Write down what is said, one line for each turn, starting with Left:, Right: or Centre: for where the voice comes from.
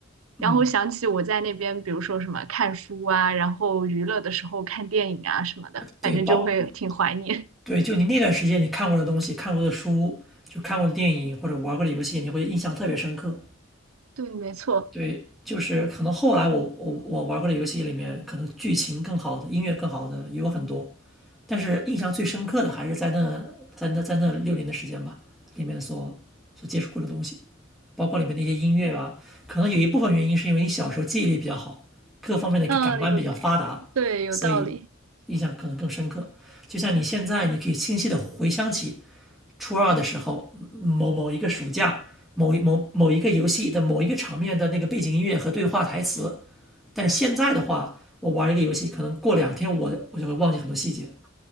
Centre: 嗯，
Right: 然后想起我在那边，比如说什么看书啊，然后娱乐的时候看电影啊什么的，
Centre: 对，
Right: 反正就会挺怀念。
Centre: 包，对，就你那段时间你看过的东西、看过的书、就看过的电影或者玩过的游戏，你会印象特别深刻。
Right: <laughs> 对，没错，
Centre: 对，就是可能后来我我我玩过的游戏里面，可能剧情更好的、音乐更好的也有很多，但是印象最深刻的还是在那在那在那六年的时间吧，里面所所接触过的东西，包括里面那些音乐啊，可能有一部分原因是因为你小时候记忆力比较好，各方面的感官比较发达，
Right: 嗯，有有，对，有道理。
Centre: 所以印象可能更深刻。就像你现在，你可以清晰的回想起初二的时候，某某一个暑假，某某某一个游戏的某一个场面的那个背景音乐和对话台词。但现在的话，我玩一个游戏，可能过两天我我就会忘记很多细节。